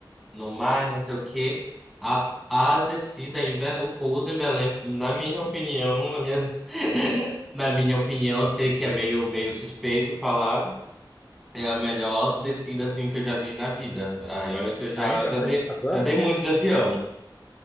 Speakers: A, in the centre; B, on the left (about 15°).
A: no mar, não sei o quê. A, a descida em Belém, o pouso em Belém, na minha opinião, na minha, <laughs> na minha opinião, eu sei que é meio, meio suspeito falar, é a melhor descida assim que eu já vi na vida. Aí, olha que eu já,
B: Ainda
A: já
B: mais
A: dei,
B: espetacular?
A: já dei muito de avião,